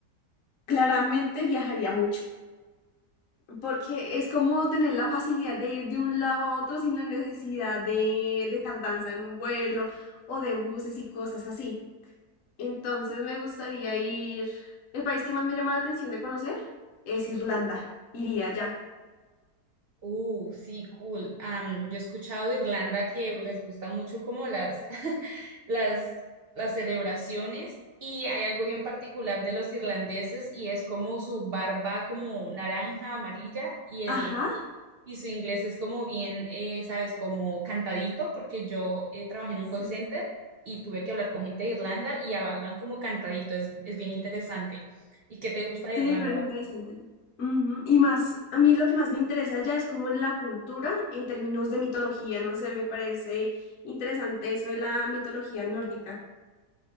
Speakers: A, on the left (about 60°); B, on the right (about 70°).
A: Claramente viajaría mucho, porque es como tener la facilidad de ir de un lado a otro sin la necesidad de, de tardanza en un vuelo o de buses y cosas así. Entonces me gustaría ir. El país que más me llama la atención de conocer es Irlanda. Iría allá.
B: Uh, sí, cool. Am, yo he escuchado de Irlanda que les gusta mucho como las, <laughs> las, las celebraciones y hay algo bien particular de los irlandeses y es como su barba como naranja, amarilla y el
A: Ajá,
B: y su inglés es como bien, eh, sabes, como cantadito porque yo eh, trabajé en un
A: sí.
B: call center y tuve que hablar con gente de Irlanda y hablan como cantadito, es, es bien interesante. ¿Y qué te gusta de
A: Sí,
B: Irlanda?
A: me parece
B: O
A: interesante. Ujú, Y más, a mí lo que más me interesa ya es como la cultura en términos de mitología, no sé, me parece interesante eso de la mitología nórdica,